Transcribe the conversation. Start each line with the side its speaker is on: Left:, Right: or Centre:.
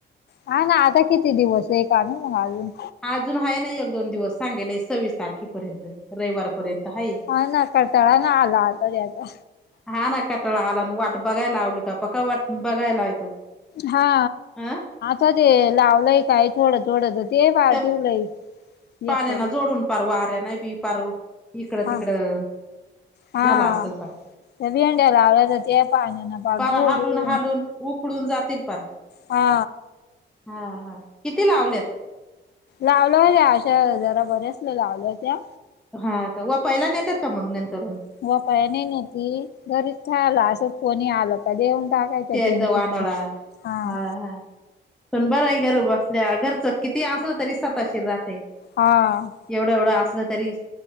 Left: हा ना आता किती दिवस आहे एक अजून
Centre: अजून आहे ना एक दोन दिवस सांगेले सव्वीस तारखेपर्यंत रविवार पर्यंत आहे.
Left: हा ना कंटाळा ना आला आता त्याचा
Centre: हा ना कटळा आला वाट बघायला लावली का पक्का वाट बघायला लावतो
Left: हा
Centre: अं.
Left: ते लावलंय काय थोडं थोडं तर ते फार
Centre: त्या
Left: ठेवलंय हे
Centre: पाण्याना
Left: करून.
Centre: जोडून पार वाऱ्या न बी फार इकड
Left: हा
Centre: तिकडं
Left: हा
Centre: झाला असेल फार.
Left: भेंड्या लावल्या तर ते पाण्यान पार
Centre: पर
Left: झोडून
Centre: हालून हालून उपळून जातील पार.
Left: हा
Centre: हा हां किती लावलेत?
Left: लावल्या होत्या अशा जरा बऱ्याचश्या लावल्या होत्या.
Centre: हा का व पहिला नेतात का मग नंतर हुन
Left: <unintelligible> नाही <unintelligible> घरीच खायला असंच कोणी आलं. देऊन टाकायच्या
Centre: द्यायचा
Left: <unintelligible>
Centre: वानोळा
Left: हां
Centre: हा हा पण बरं आहे घर बसल्या घरचं किती असलं तरी सताशीर राहतय.
Left: हां
Centre: एवढं एवढं असलं तरी